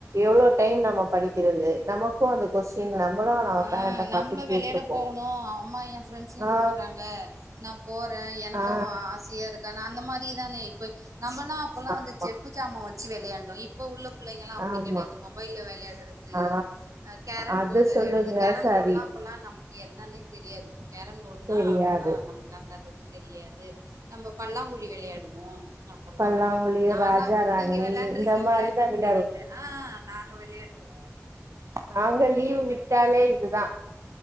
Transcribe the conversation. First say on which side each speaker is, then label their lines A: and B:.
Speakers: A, on the right; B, on the right.
A: எவ்ளோ டைம் நம்ம படிக்கிறது நம்ம அந்த கொஸ்டின் நம்மளு
B: ஆ
A: பேரண்ட
B: நம்மளு
A: பாத்து
B: விளையாட
A: கேட்டிருப்போ
B: போகணு அம்மா எ ஃப்ரெண்ட்ஸுங்க
A: ஆ
B: கூப்புட்றாங்க நா போறே எனக்கு
A: ஆ
B: ஆசையா இருக்கு நா அந்த மாரிதான இப்ப நம்பளா அப்பெல்லா
A: ஆமா
B: வந்து செப்பு சாமா வெச்சு வெளையாண்டோ இப் இப்ப உள்ள புள்ளைங்கலா அப்புடி
A: ஆமா
B: கெடையாது மொபைல்ல வெளையாட்றது
A: ஆ
B: அ கேரம்
A: அது
B: போட் வெளையாட்
A: சொல்லுங்க
B: அது கேரம்
A: சரி
B: போட்லா அப்பல்லா நமக்கு என்னன்னே தெரியாது கேரம் போடுனா
A: தெரியாது
B: அப்பல்லா நமக் அந்த அளவுக்கு தெரியாது நம்ம பல்லாங்குழி வெளையாடுவோ அப்பல்லா
A: பல்லாங்குழி
B: நாலா
A: ராஜா ராணி
B: நீங்க வெளாண்ருக்கீங்ளா
A: இந்த மாரிதா
B: என்னன்
A: விளையாடுவோ
B: தெரில ஆ நாங்க வெளையாடுவோ
A: நாங்க லீவ்
B: வெளையாட்றது
A: விட்டால் ல இதுதா